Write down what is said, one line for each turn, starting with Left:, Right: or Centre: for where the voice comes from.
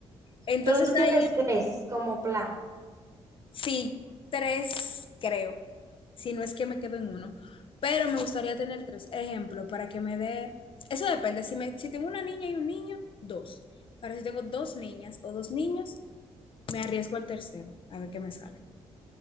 Left: Entonces
Right: Pero tú quieres
Left: hay
Right: tres como plan.
Left: sí, tres creo, si no es que me quedo en uno, pero me gustaría tener tres ejemplos para que me dé, eso depende, si, me, si tengo una niña y un niño, dos. Ahora si tengo dos niñas o dos niños, me arriesgo al tercero, a ver qué me sale.